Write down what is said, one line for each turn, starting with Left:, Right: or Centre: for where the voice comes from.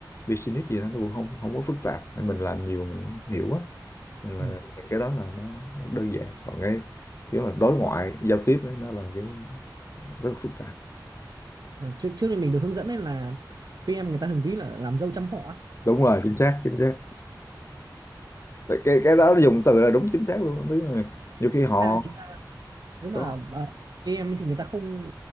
Left: business gì đó nó cũng không không có phức tạp Nên mình làm nhiều mình hiểu á nên là
Right: Ừ.
Left: những cái đó là nó, nó đơn giản còn cái kiểu là đối ngoại giao tiếp ấy, nó là một cái rất là phức tạp
Right: Ờ, trước trước đây mình được hướng dẫn nên là PM người ta thường ví là làm dâu trăm họ á.
Left: đúng rồi chính xác chính xác cái cái, cái đó dùng từ là đúng chính xác luôn tức là nhiều khi họ
Right: à, chỉ, nếu mà
Left: có
Right: ờ, PM thì người ta không